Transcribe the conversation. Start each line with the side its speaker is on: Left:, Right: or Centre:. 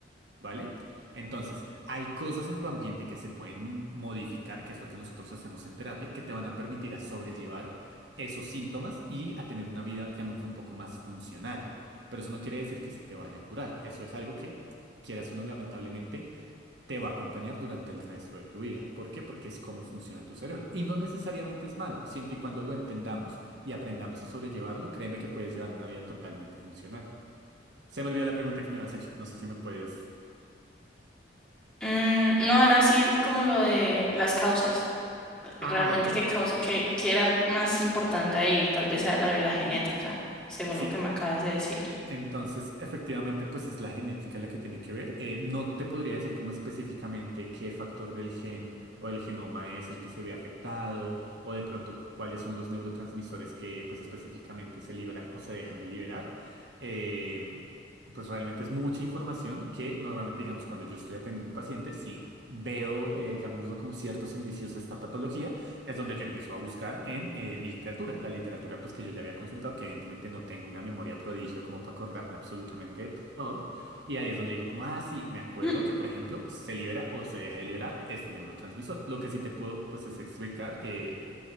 Right: ¿Vale? Entonces, hay cosas en tu ambiente que se pueden modificar, que es lo que nosotros hacemos en terapia, que te van a permitir a sobrellevar esos síntomas y a tener una vida, llamemos, un poco más funcional. Pero eso no quiere decir que se te vaya a curar. Eso es algo que, quieras o no, lamentablemente, te va a acompañar durante el resto de tu vida. ¿Por qué? Porque es cómo funciona tu cerebro. Y no necesariamente es malo. Siempre y cuando lo entendamos y aprendamos a sobrellevarlo, créeme que puedes llevar una vida totalmente funcional. Se me olvidó la pregunta que me habías hecho. No sé si me puedes...
Centre: Mm, no, era así como lo de las causas.
Right: Ah,
Centre: realmente
Right: vale.
Centre: qué causa, qué, qué era el más importante ahí, tal vez sea la de la genética, según
Right: Sí,
Centre: lo que me acabas de decir.
Right: entonces efectivamente pues es la genética la que tiene que ver. Eh, no te podría decir como específicamente qué factor del gen o del genoma es el que se ve afectado o de pronto cuáles son los neurotransmisores que pues específicamente se liberan o se dejan de liberar. Eh, pues realmente es mucha información que normalmente digamos cuando yo estoy atendiendo a un paciente, si veo, eh, llamémoslo como ciertos indicios de esta patología, es donde yo empiezo a buscar en eh, mi literatura, la literatura pues que yo ya había consultado, que evidentemente no tengo una memoria prodigio como para acordarme absolutamente de todo. Y ahí es donde digo como, ah, sí, me acuerdo
Centre: Mm,
Right: que por ejemplo se libera o se deja de liberar este neurotransmisor. Lo que sí te puedo pues es explicar, eh,